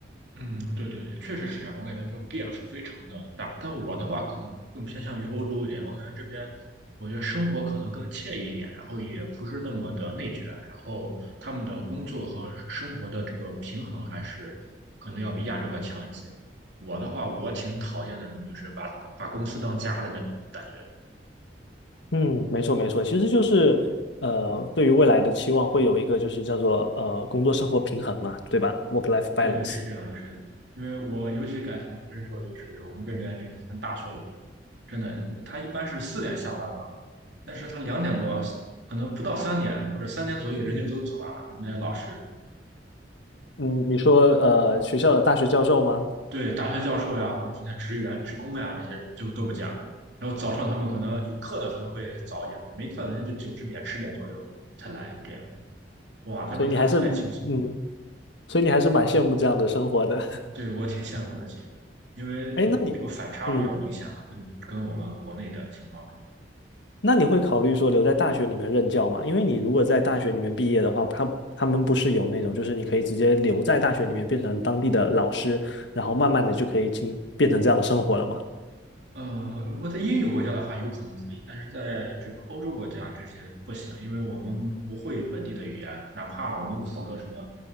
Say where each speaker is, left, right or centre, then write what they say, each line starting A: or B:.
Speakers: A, on the right; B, on the left.
A: 嗯，对对对，确实是这样。我感觉这个变数非常的大，但我的话可能更偏向于欧洲一点。我感觉这边，我觉得生活可能更惬意一点，然后也不是那么的内卷，然后他们的工作和生活的这个平衡还是可能要比亚洲要强一些。我的话，我挺讨厌那种就是把把公司当家的那种感觉。
B: 嗯，没错没错，其实就是呃，对于未来的期望会有一个就是叫做呃工作生活平衡嘛，对吧？Work-life balance。
A: 对对，是这样的，是的。因为我尤其感同身受，就是我们这边这个像大学里面，真的，他一般是四点下班，但是他两点多，可能不到三点或者三点左右，人就都走完了。比如那些老师，
B: 嗯，你说呃学校的大学教授吗？
A: 对大学教授呀，或者是那些职员、职工呀，这些人就都不见了。然后早上他们可能有课的可能会早一点，没课的人就九十点、十点左右才来。这样，哇，他们太太轻松了，
B: 所以你还是嗯，嗯所以你还是蛮羡慕这样的生活的。<laughs>
A: 对我挺羡慕的。其实，因为呃这个反差比较明显了，
B: 哎，那你嗯，
A: 跟跟我们国内的情况。
B: 那你会考虑说留在大学里面任教吗？因为你如果在大学里面毕业的话，他他们不是有那种，就是你可以直接留在大学里面变成当地的老师，然后慢慢的就可以进变成这样的生活了吗？
A: 呃，如果在英语国家的话，有可能可以，但是在这个欧洲国家这些不行，因为我们不会本地的语言，哪怕我们考个什么，